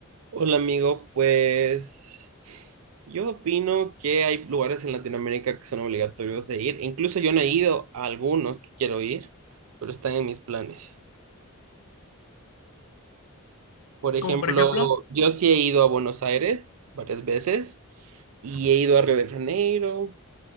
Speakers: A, on the right; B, on the left.
A: Hola amigo, pues yo opino que hay lugares en Latinoamérica que son obligatorios de ir. Incluso yo no he ido a algunos que quiero ir, pero están en mis planes. Por ejemplo,
B: Como por ejemplo,
A: yo sí he ido a Buenos Aires varias veces y he ido a Río de Janeiro,